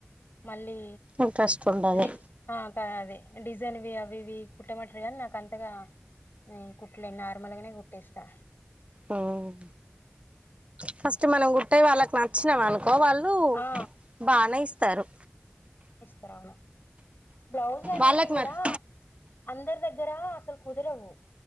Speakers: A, on the left; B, on the right.
A: మళ్ళీ
B: ఇంట్రెస్ట్ ఉండదు
A: జ అదే డిజైన్వి అవి ఇవి కుట్టమంటారు కా నాకు అంతగా నేను కుట్టలేను నార్మల్గానే కుట్టేస్తా
B: మ్మ్ ఫస్ట్ మనం కుట్టినయి వాళ్ళకి నచ్చినవి అనుకో ఒక్కో వాళ్ళు
A: ఆ
B: బానే ఇస్తారు
A: ప్రవణం బ్లౌజులు అనేటివి
B: వాళ్ళకి
A: కూడా
B: నచ్చ
A: అందరి దగ్గర అసలు కుదరవు